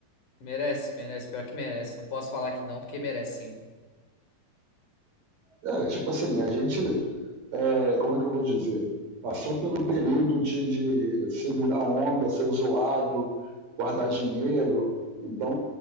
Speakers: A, on the left; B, on the right.
A: Merece, merece, pior que merece. Não posso falar que não, porque merece sim.
B: é tipo assim, a gente é, como é que eu vou dizer? Passou pelo período de, de segurar onda, ser zoado, guardar dinheiro. Então,